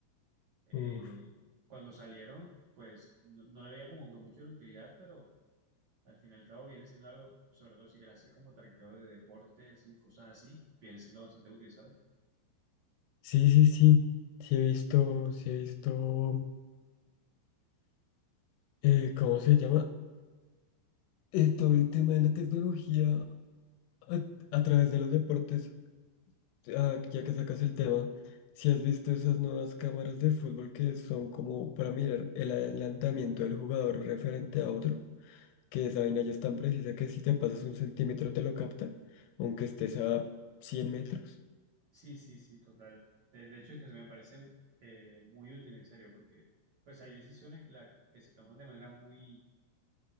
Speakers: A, on the right (about 85°); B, on the left (about 80°).
A: Eh,
B: Uf.
A: cuando salieron, pues no, no le veía como que mucho de utilidad, pero al fin y al cabo viene siendo algo, sobre todo si quieres hacer como traqueo de deportes y cosas así, viene siendo bastante útil, ¿sabes?
B: Sí, sí, sí. Sí he visto, sí he visto, eh, ¿cómo se llama? Eh, todo el tema de la tecnología. A, a través de los deportes, ah, ya que sacas el tema, si has visto esas nuevas cámaras de fútbol que son como para mirar el adelantamiento del jugador referente a otro, que esa vaina ya es tan precisa que si te pasas un centímetro te lo capta, aunque estés a 100 metros.
A: Sí, sí, sí, total. De, de hecho, es que se me parece eh, muy útil, en serio, porque pues hay decisiones que, la, que se toman de manera muy